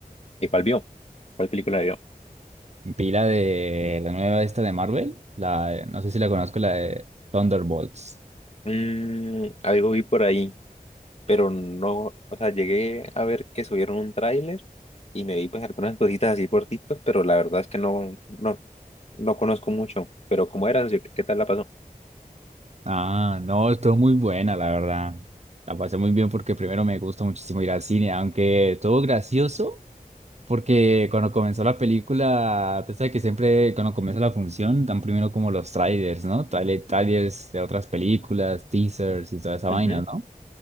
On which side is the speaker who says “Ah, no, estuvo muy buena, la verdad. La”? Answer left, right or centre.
Right